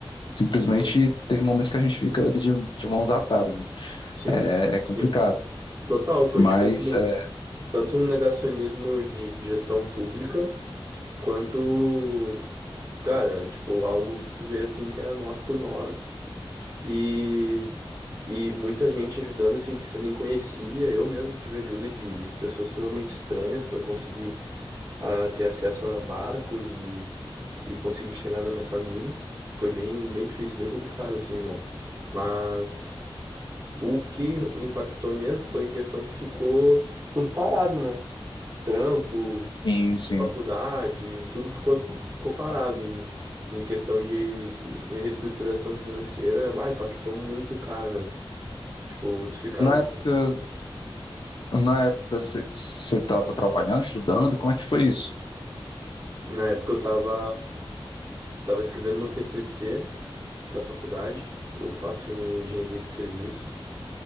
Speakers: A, on the left; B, on the right.
A: simplesmente
B: Sim,
A: tem momentos que a gente fica de, de mãos atadas. né?
B: sim,
A: É, é complicado.
B: sim. Total, foi
A: Mas,
B: tipo assim,
A: é,
B: tanto um negacionismo de de gestão pública, quanto, cara, tipo, algo que tu vê assim que era nós por nós. E, e muita gente ajudando assim que você nem conhecia. Eu mesmo tive ajuda de, de pessoas totalmente estranhas para conseguir ah, ter acesso a barcos e, e conseguir chegar na minha família. Foi bem, bem difícil, bem complicado assim, irmão. Mas. O que impactou mesmo foi questão que ficou tudo parado, né? Trampo,
A: sim, sim.
B: faculdade, tudo ficou, ficou parado. E em questão de, de reestruturação financeira, bah, impactou muito o cara, né? Tipo, tu ficava.
A: Na época Na época você estava trabalhando, estudando, como é que foi isso?
B: Na época eu tava, eu tava escrevendo meu TCC da faculdade. Eu faço engenharia de serviços.